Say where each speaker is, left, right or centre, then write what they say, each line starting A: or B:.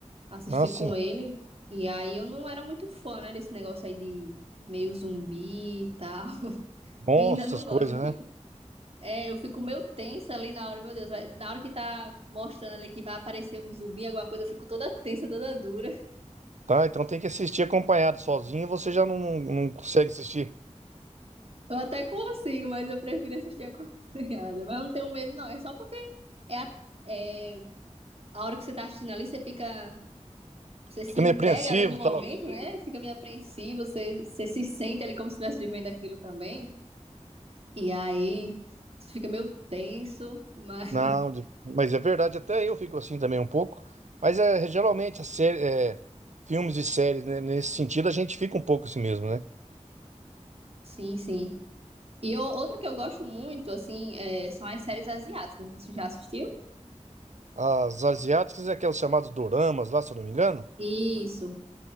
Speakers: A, on the right (about 55°); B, on the right (about 70°).
A: assistir
B: Ah, sim.
A: com ele. E aí eu não era muito fã, né, desse negócio aí de meio zumbi e tal. <laughs>
B: Bom,
A: E ainda
B: essas
A: não gosto,
B: coisas,
A: eu fico,
B: né?
A: é, eu fico meio tensa ali na hora, meu Deus, vai- na hora que tá mostrando ali que vai aparecer um zumbi, alguma coisa, eu fico toda tensa, toda dura.
B: Tá, então tem que assistir acompanhado. Sozinho você já não, não, não consegue assistir.
A: Eu até consigo, mas eu prefiro assistir <laughs> acompanhada. Mas eu não tenho medo, não, é só porque é a, é a hora que você tá assistindo ali, você fica, você se
B: Fica
A: entrega
B: meio apreensivo
A: ali no momento,
B: e tal.
A: né? <laughs> Fica meio apreensivo, você, você se sente ali como se estivesse vivendo aquilo também. E aí você fica meio tenso, mas
B: Não, de- mas é verdade, até eu fico assim também um pouco. Mas é, geralmente as série, é, filmes e séries, né, nesse sentido, a gente fica um pouco assim mesmo, né?
A: <laughs> sim, sim. E o- outro que eu gosto muito, assim, é, são as séries asiáticas. Você já assistiu?
B: As asiáticas é aquelas chamadas doramas lá, se eu não me engano.
A: Isso.